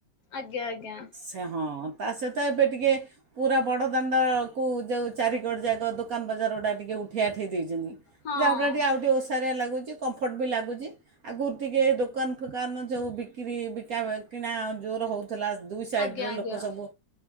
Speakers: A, on the left; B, on the right.
A: ଆଜ୍ଞା ଆଜ୍ଞା।
B: ସେ ହଁ ତା ସହିତ ଏବେ ଟିକେ ପୁରା ବଡ଼ ଦାଣ୍ଡକୁ ଯେଉଁ ଚାରି କଡ଼ ଯାକ ଦୋକାନ ବଜାର ଗୁଡ଼ା ଟିକେ ଉଠେଇ ଆଠେଇ ଦେଇଛନ୍ତି।
A: ହଁ
B: ଯାହା ପ୍ରତି ଆଉ ଟିକେ ଓଷାରିଆ ଲାଗୁଛି, କମ୍ଫର୍ଟ ବି ଲାଗୁଛି। ଆଗରୁ ଟିକେ ଦୋକାନ ଫୋକାନ ଯୋଉ ବିକ୍ରି ବିକା କିଣା ଜୋର ହଉ ଥିଲା ଦୁଇ ସାଇଡ
A: ଆଜ୍ଞା
B: ରେ
A: ଆଜ୍ଞା
B: ଲୋକ ସବୁ